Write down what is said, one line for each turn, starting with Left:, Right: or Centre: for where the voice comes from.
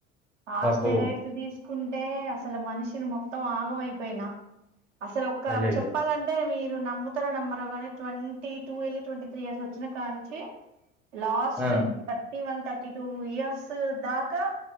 Right: ఆ
Centre: అబ్బో!
Right: స్టెరాయిడ్స్ తీస్ కుంటే అసలు మనిషిని మొత్తం ఆగమైపోయినా అసలు ఒక్క
Centre: అయ్యయ్యో!
Right: చెప్పాలంటే ఇవి మీరు నమ్ముతరో నమ్మరో గని ట్వంటీ టూ వెళ్ళి ట్వంటీ త్రీ ఇయర్స్ వచ్చినా కాంచి లాస్ట్
Centre: ఆ!
Right: తట్ ఈ వన్ థర్టీ టూ ఇయర్స్ దాకా